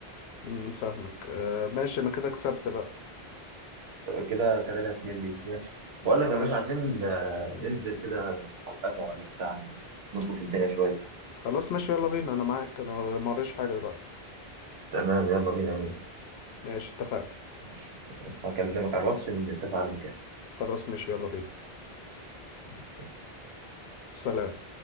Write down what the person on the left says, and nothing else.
مم، فاهمك آه، ماشي انا كده كسبت بقى
ماشي
خلاص ماشي يلا بينا انا معاك انا ما وريش حاجة دلوقتي
ماشي اتفقنا
خلاص ماشي يلا بينا
سلام